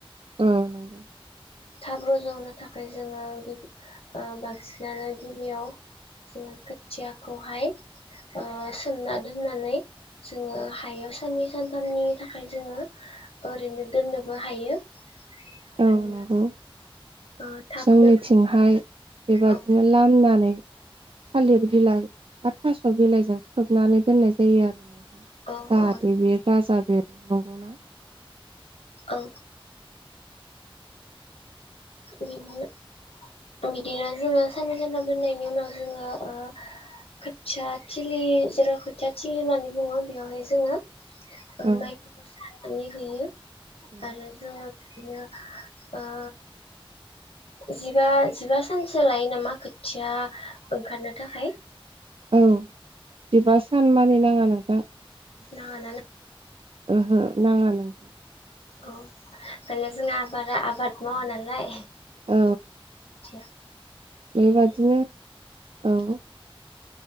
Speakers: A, on the right; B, on the left.
A: औ नंगौ
B: थाब रज' होनो थाखाय जोङो गि ओ बांसिनानो गिबियाव जोङो खोथियाखौहाय ओ सोमना दोननानै जोङो हायाव साननै सानथामनि थाखाय जोङो ओरैनो दोननोबो हायो
A: औ
B: मानोना
A: नंगौ
B: ओ थाबनो
A: जोंनिथिंहाय बेबादिनो
B: औ
A: लामनानै थालिर बिलाइ बा थास' बिलाइजों खोबनानै दोननाय जायो आरो ना
B: औ
A: जाहाथे
B: औ
A: बेयो राजा बेरनांगौना
B: औ। बिनो बिदिनो जोङो साननै सानथाम दोननायनि उनाव जोङो ओ खोथिया थिलि जेराव खोथिया थिलि होननानै बुङो बेवहाय जोङो ओ
A: औ
B: माइखौ सारनानै होयो
A: औ
B: आरो जोङो बिदिनो ओ जिबा जिबा सानसो लायो नामा खोथिया ओंखारनो थाखाय?
A: औ। जिबा सान मानि नाङा नोंथां।
B: नाङाना ना
A: उमहो नाङा नों
B: औ माने जोङा बारा आबाद मावा नालाय।
A: औ।
B: थिया।
A: बेबादिनो औ।